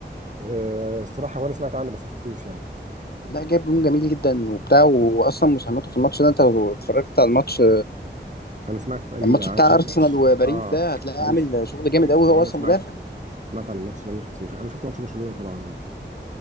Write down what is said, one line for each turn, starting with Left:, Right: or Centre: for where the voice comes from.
Right: آه، الصراحه وانا سمعت عنه بس ما شفتوش يعني
Left: لا جاب جون جميل جدا وبتاع واصلا مساهمته في الماتش ده انت لو اتفرجت على الماتش
Right: انا سمعت ان
Left: الماتش
Right: انا
Left: بتاع ارسنال
Right: ماتش
Left: وباريس
Right: اه
Left: ده هتلاقيه
Right: انا
Left: عامل
Right: س...
Left: شغل جامد
Right: ما
Left: قوي هو
Right: انا
Left: اصلا
Right: سمعت
Left: مدافع
Right: سمعت عن الماتش ده ما شفتوش انا شفت ماتش برشلونة طبعا